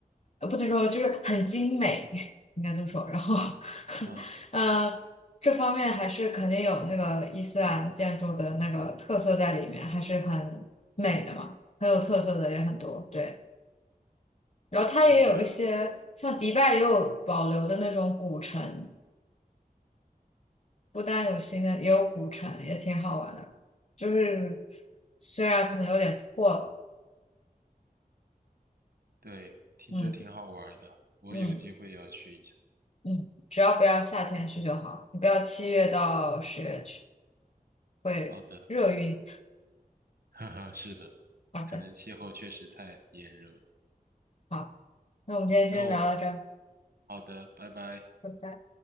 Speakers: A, on the left; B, on the right.
A: 呃，不能说就是很精美，<laughs> 应该这么说。然后，
B: 嗯，
A: <laughs> 嗯，这方面还是肯定有那个伊斯兰建筑的那个特色在里面，还是很美的嘛，很有特色的也很多。对，然后它也有一些像迪拜也有保留的那种古城，
B: 听着，
A: 不单有新的，也有古城，也挺好玩的。就是虽然可能有点破了，
B: 对，听着挺好玩的，
A: 嗯
B: 我有机会要去一下。
A: 嗯嗯，只要不要夏天去就好，你不要七月到十月去。会热晕。
B: 好的，<laughs> 哈哈，是的，
A: 好的，
B: 可能气候确实太炎热了。
A: 好，那我们今天先聊到这儿，
B: 好，那我们好的，拜拜。
A: 拜拜。